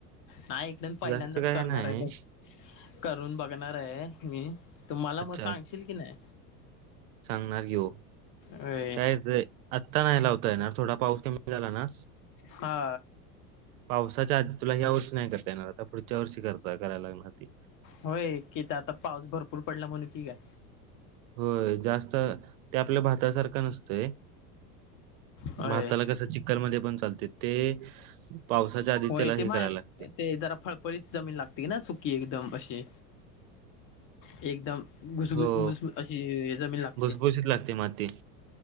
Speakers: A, on the left; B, on the right.
A: नाही एकदम पहिल्यांदाच
B: जास्त काय
A: करणार
B: नाही
A: आहे बघ करून बघणार आहे मी तुम्हाला
B: अच्छा
A: मग सांगशील की नाही
B: सांगणार की हो
A: होय.
B: काय आत्ता नाहीला होत णार थोडा पाऊस कमी झाला ना
A: हा
B: पावसाच्या आधी तुला ह्या वर्षी नाही करता येणार आता पुढच्या वर्षी करता कराला लागणार ती
A: होय की आता पाऊस भरपूर पडला म्हणून की काय
B: होय जास्त ते आपल्या भात सारखं नसतंय
A: होय.
B: भाताला कस चिक्कल मध्ये पण चालते ते पावसाच्या आधी
A: होय
B: त्याला हे
A: ते
B: करायला
A: माय
B: लागते.
A: ते जरा फळफळीत जमीन लागते की ना सुकी एकदम अशी. एक एकदम घुस घुस
B: हो
A: भुस अशी जमीन लागते.
B: भुसभुशीत लागते माती.